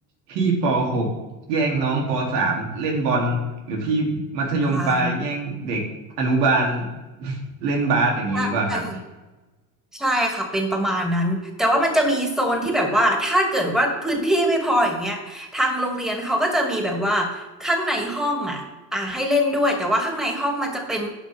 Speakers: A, on the right; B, in the centre.
A: พี่ปหกแย่งน้องปสามเล่นบอลหรือพี่มัธยมปลายแย่งเด็กอนุบาล
B: ใช
A: <laughs> เล่นบาสอย่างนี้หรือเปล่าครับ
B: ่ ใช่ค่ะเป็นประมาณนั้นแต่ว่ามันจะมีโซนที่แบบว่าถ้าเกิดว่าพื้นที่ไม่พออย่างเงี้ยทางโรงเรียนเขาก็จะมีแบบว่าข้างในห้องอ่ะอ่ะให้เล่นด้วยแต่ว่าข้างในห้องมันจะเป็น